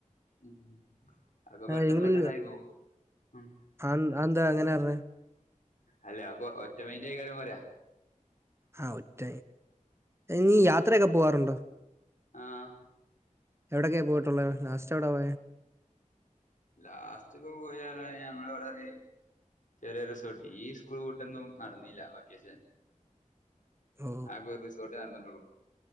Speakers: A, on the left; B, on the right.
A: ഉ അക്കെ പെട്ടെന്ന്
B: നിങ്ങള്
A: പെട്ടെന്നായിക്കു ഉ
B: ആ അതെന്താ അങ്ങനെ പറഞ്ഞേ
A: അല്ല അപ്പൊ ഒറ്റമൈന്റെ കാര്യം വരാ
B: ആഹ് ഒറ്റ നീ യാത്രയൊക്കെ പോവാറുണ്ടോ
A: ആഹ്
B: എവിടൊക്കെയാണ് പോയിട്ടുള്ളത് ലാസ്റ്റ് എവിടെ പോയെ?
A: ലാസ്റ്റ് ഇപ്പോ പോയി ഞങ്ങള് വടൊരു ചെറിയ റിസോർട്ട് ഈ സ്കൂൾ കൂട്ടൊന്നും നടന്നല്ല ഓക്കേഷെ
B: ഓ
A: ആകെ ഒരു റിസോർട്ടേ നടന്നിട്ടുള്ളൂ